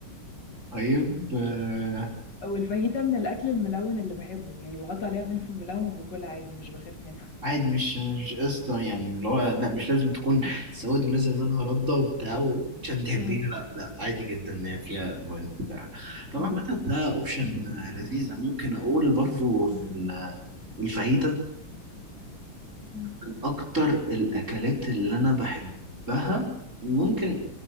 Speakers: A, on the right; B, on the left.
A: طيب آه،
B: والفاهيتا من الاكل الملون اللي بحبه يعني بحط عليها فلفل ملون وباكلها عادي مش بخاف منها
A: عادي مش مش قصة يعني اللي هو لا مش لازم تكون سواد ونازل منها ردة وبتاع وعشان تحبيها
B: مم.
A: لا لا عادي جدا ان هي فيها الوان بتاع طبعا
B: مم.
A: مثلا ده اوبشن لذيذ انا ممكن اقول برضو إن ال- الفاهيتا
B: <laughs>
A: من اكتر الاكلات اللي انا بحبها ممكن